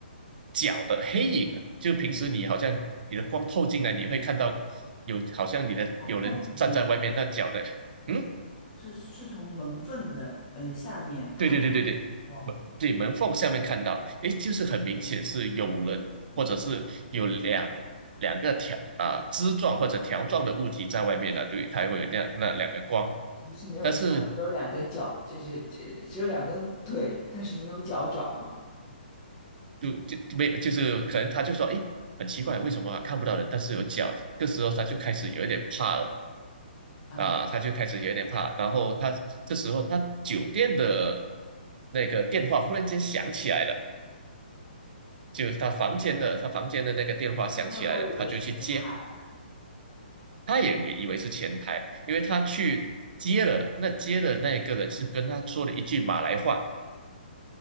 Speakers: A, on the right (about 55°); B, on the left (about 25°).
A: 脚的黑影的就平时你好像你的光透进来，你会看到有好像你的有人站在外面，
B: 头痛里面。
A: 那脚的，嗯，
B: 是是从门缝的呃下面看到，
A: 对对对对对，
B: 哇，
A: 门对门缝下面看到，诶，就是很明显是有人，或者是有两两个条啊、枝状或者条状的物体在外面的，对，它会有那那两个光，
B: 可是没有脚，
A: 但是
B: 只有两根脚，就是只只有两根腿，但是没有脚掌嘛。
A: 就就没有就是可能他就说，诶，很奇怪，为什么看不到人，但是有脚，这时候他就开始有一点怕了
B: 啊，
A: 啊、他就开始有一点怕，然后他这时候他酒店的那个电话忽然间响起来了。就是他房间的，他房间的那个电话响起来了，
B: 他会不会以为是前台啊
A: 他就去接，他也以为以为是前台，因为他去接了那接的那个人是跟他说了一句马来话，